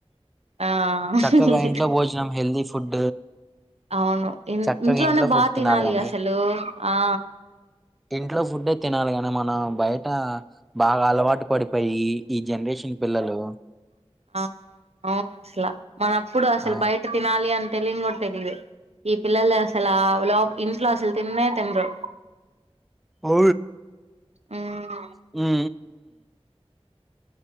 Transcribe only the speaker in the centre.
చక్కగా ఇంట్లో భోజనం హెల్దీ ఫుడ్
చక్కగా
ఇంట్లో
ఫుడ్
కాని
ఇంట్లో ఫుడ్డే తినాలి కాని మనం బయట బాగ అలవాటు పడిపోయి ఈ జనరేషన్ పిల్లలు
ఆ
హు
హు